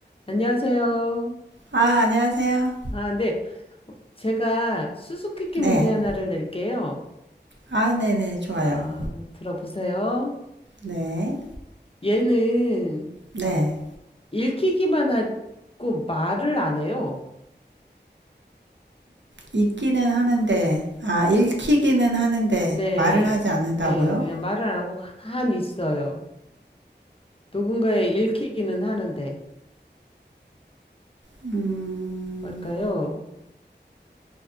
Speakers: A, on the left; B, on the right.
A: 안녕하세요.
B: 아, 안녕하세요.
A: 아, 네. 어, 제가 수수께끼
B: 네.
A: 문제 하나를 낼게요.
B: 아, 네네, 좋아요.
A: 아, 들어보세요.
B: 네.
A: 얘는
B: 네.
A: 읽히기만 하고 말을 안 해요.
B: 읽기는 하는데, 아, 읽히기는 하는데,
A: 네.
B: 말을 하지 않는다고요?
A: 네. 그냥 말을 안 하고 가만히 있어요. 누군가의 읽히기는 하는데.
B: 음,
A: 뭘까요?